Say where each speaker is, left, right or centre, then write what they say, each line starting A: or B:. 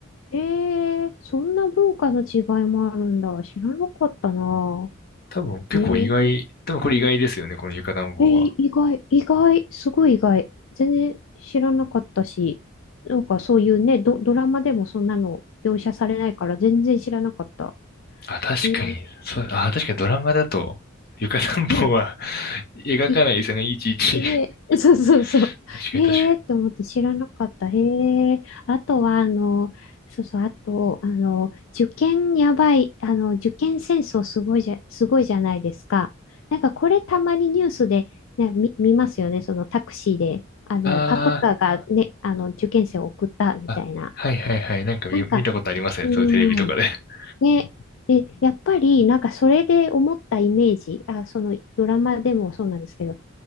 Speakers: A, on the left (about 70°); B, on the left (about 50°).
A: ええ、そんな文化の違いもあるんだ。知らなかったな。
B: 多分結構意外、
A: ええ。
B: 多分これ意外ですよね、この床暖房は。
A: え、い意外、意外、すごい意外。全然知らなかったし、なんかそういうね、ド、ドラマでもそんなの描写されないから全然知らなかった。
B: あ、確かに、
A: ええ。
B: そう、あ、確かにドラマだと、床暖房は
A: ね。
B: <laughs> 描かないですよね、
A: <laughs>
B: いちいち。
A: で、
B: <laughs>
A: <laughs> そうそうそう。
B: 確かに、
A: へえーって思って知らなかった。
B: 確かに。
A: へえ。あとは、あの、そうそう、あと、あの、受験やばい、あの、受験戦争すごいじゃ、すごいじゃないですか。なんかこれたまにニュースで、ね、見、見ますよね。そのタクシーで、あの、
B: あ
A: パトカーがね、あの、受験生を送ったみたいな。
B: ーあ、はいはいはい。なんか見、
A: なんか、
B: 見たことありますね。
A: うーん、
B: そういうテレビとかで。<laughs>
A: ね、でやっぱり、なんかそれで思ったイメージ、あ、そのドラマでもそうなんですけど、